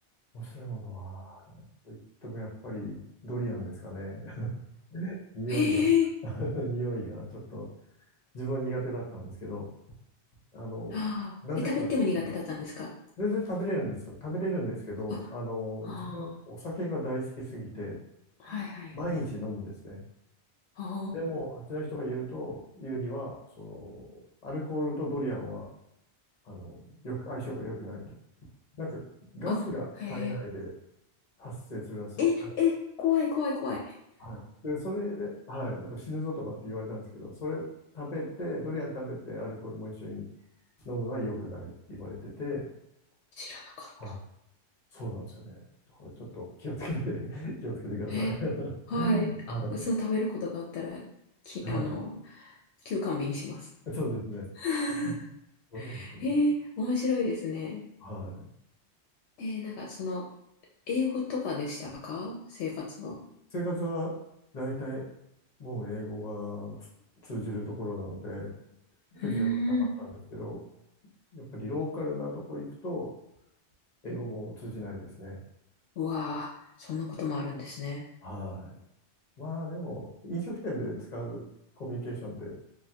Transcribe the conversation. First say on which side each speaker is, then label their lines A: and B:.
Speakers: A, on the left; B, on the left.
A: 面白いものは、なんと言ってもやっぱりドリアンですかね。<laughs> 匂いが
B: へえ。
A: <laughs> 匂いがちょっと自分は苦手だったんですけど、あの、
B: ああ。
A: なぜかと、
B: え、食べても苦手だったんですか
A: 全然食べれるんですよ。食べれるんですけど、
B: あ、
A: あの、
B: あ
A: 自分お酒が大好きすぎて、
B: あ。はいはい。
A: 毎日飲むんですね。
B: あ
A: でも、あっちの人が言うと、言うには、その、アルコールとドリアンは、あの、よく、相性が良くないと。なんか、ガスが体内で
B: あ。あ、へえ。
A: 発生するらしい。
B: え、
A: あ
B: え、怖い怖い怖い。
A: はい。で、それで、はい、だから死ぬぞとかって言われたんですけど、それ食べて、ドリアン食べて、アルコールも一緒に飲むのは良くないって言われてて、
B: 知らなかった。
A: はい、そうなんですよね。だからちょっと気をつけて <laughs> 気をつけてください。
B: え。
A: <laughs>
B: はい。あ、
A: はい、
B: そう、食べることがあったら、き、
A: は
B: あの、休館日にします。
A: い、そうですね。
B: <laughs>
A: うんそうなんですよね。
B: へえ、面白いですね。
A: はい。
B: えー、なんかその、英語とかでしたか生活は。
A: 生活は大体もう英語がつ通じるところなので、
B: うーん。
A: 不自由はなかったんですけど、やっぱりローカルなとこ行くと、英語も通じないですね。
B: うわー、そんなこともあるんですね。
A: はい。まあでも、飲食店で使うコミュニケーションって